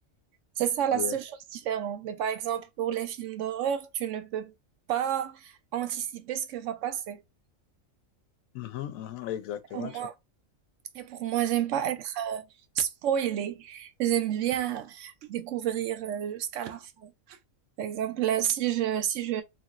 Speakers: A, on the right (about 70°); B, on the left (about 85°).
A: C'est ça
B: les-
A: la seule chose différente. Mais par exemple, pour les films d'horreur, tu ne peux pas anticiper ce que va passer.
B: Mhm, mhm, exactement.
A: Pour
B: Tu-
A: Et pour moi, j'aime pas être euh, spoilée. J'aime bien découvrir euh, jusqu'à la fin. Par exemple, là, si je, si je